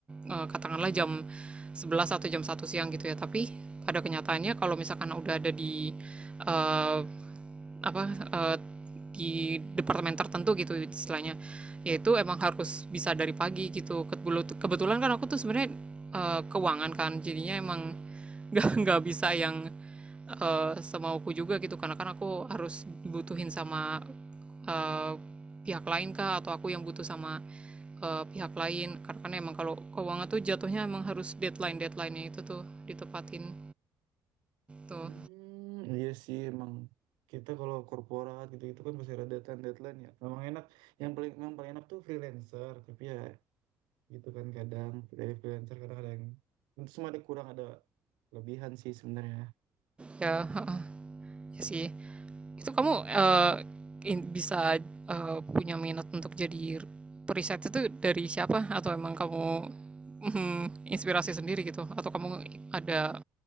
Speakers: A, on the right; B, on the right.
A: eee, katakanlah jam sebelas atau jam satu siang gitu ya, tapi pada kenyataannya kalau misalkan udah ada di, eee, apa, eee, di departemen tertentu gitu istilahnya, yaitu emang harus bisa dari pagi gitu. kebetulan kan aku tuh sebenarnya, eee, keuangan kan, jadinya emang <laughs> nggak nggak bisa yang eee, semauku juga gitu karena kan aku harus dibutuhin sama eee, pihak lain kah atau aku yang butuh sama eee, pihak lain karena kan emang kalau keuangan tuh jatuhnya emang harus deadline deadline-nya itu tuh ditepatin tuh
B: Hmm, iya sih emang kita kalau korporat gitu-gitu kan masih ada deadline deadline ya. Memang enak. Yang paling yang paling enak tuh freelancer. Tapi ya gitu kan kadang dari freelancer kadang ada yang itu semua ada kurang ada lebihan sih sebenarnya.
A: ya <laughs> heeh, iya sih itu kamu eee, in- bisa eee, punya minat untuk jadi periset itu dari siapa atau emang kamu mhm, inspirasi sendiri gitu atau kamu ada